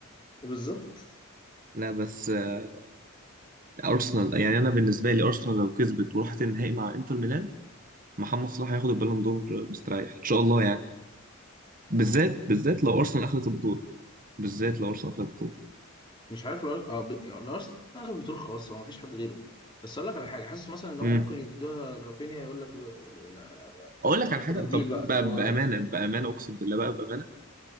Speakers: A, on the left; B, on the right.
A: بالظبط
B: لا بس آه، ارسنال يعني انا بالنسبه لي ارسنال لو كسبت وراحت النهائي مع انتر ميلان محمد صلاح هياخد البالون دور مستريح ان شاء الله يعني بالذات بالذات لو ارسنال اخذت البطوله بالذات لو ارسنال اخذت البطوله
A: مش عارف لو اه ب- لو أرسنال أخد البطولة خلاص هو مفيش حد غيره بس أقول لك على حاجة حاسس مثلا إن هم
B: امم
A: ممكن يدوها لرافينيا يقول لك غ- لا،
B: اقول لك على حاجه
A: تطبيل
B: طب
A: بقى
B: ب-
A: اللي هو
B: بامانه بامانه اقسم بالله بقى بامانه